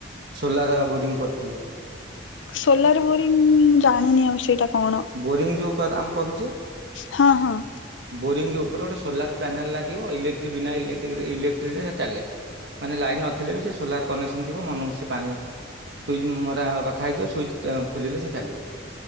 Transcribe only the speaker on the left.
ସୋଲାର ବୋରିଂ ମୁଁ ଜାଣିନି ଆଉ ସେଇଟା କଣ?
ହଁ ହଁ।